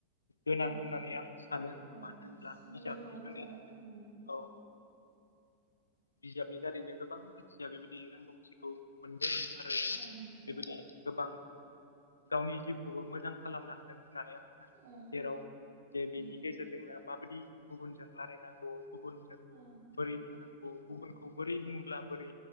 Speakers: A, on the left (about 75°); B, on the right (about 65°).
A: गोनां
B: उम
A: होननानै आं सानो
B: अ
A: मानो होनब्ला
B: जोंनि
A: बिजाबनि
B: जिउआव बिजाबा
A: जुनैनो जों
B: उम
A: औ बिजाबनि दारैनो गोबां मानसिया बेबायदि रोंगौथिखौ मोनदों आरो
B: ओं
A: बेबायदि गोबां गावनि जिउखौबो मोजां खालामनो हादों होननानै आं सानो
B: ओं
A: जेराव जे बेनि
B: उम
A: गेजेरजोंनो माबायदि गुबुनजों रायलायनांगौ गुबुनजों
B: ओं
A: बोरै थानांगौ गुबुनखौ बोरै बुंब्ला बोरै